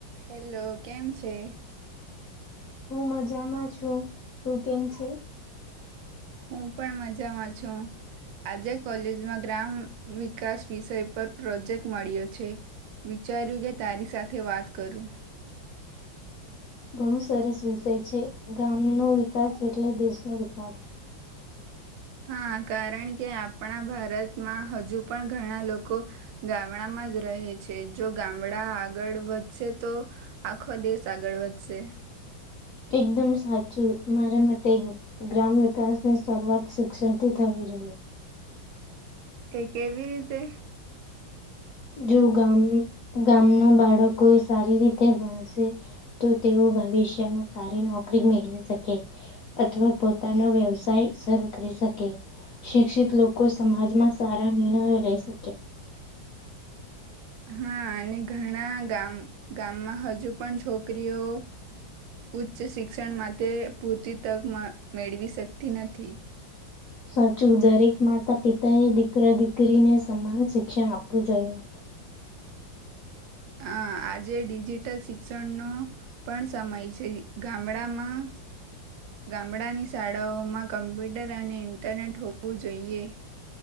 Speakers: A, on the right; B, on the left.
A: hello કેમ છે
B: હું મજામાં છું તું કેમ છે
A: હું પણ મજામાં છું આજે કોલેજમાં ગ્રામ વિકાસ વિષય પર પ્રોજેક્ટ મળ્યો છે વિચાર્યું કે તારી સાથે વાત કરું
B: બણુ સરસ વિષય છે ગામનો વિકાસ એટલે દેશનો વિકાસ
A: હા કારણ કે આપણા ભારતમાં હજુ પણ ઘણા લોકો ગામડામાં જ રહે છે જો ગામડા આગળ વધશે તો આખો દેશ આગળ વધશે
B: એકદમ સાચું મારા મતે ગ્રામ વિકાસની શરૂઆત શિક્ષણથી થવી જોઈએ
A: એ કેવી રીતે
B: જો ગામના બાળકો સારી રીતે ભણશે તો તેઓ ભવિષ્યમાં સારી નોકરી મેળવી શકે અથવા પોતાનો વ્યવસાય શરૂ કરી શકે શિક્ષિત લોકો સમાજમાં સારા નિર્ણયો લઈ શકે
A: હા અને ઘણા ગામ ગામમાં હજુ પણ છોકરીઓ ઉચ્ચ શિક્ષણ માટે પૂરતી તક મેળવી શકતી નથી
B: સાચું દરેક માતા પિતા એ દીકરા દીકરીને સમાન શિક્ષણ આપવું જોઈએ
A: આ આજે ડિજિટલ શિક્ષણનો પણ સમય છે ગામમાં ગામડાની શાળાઓમાં કમ્પ્યુટર અને ઇન્ટરનેટ હોવું જોઈએ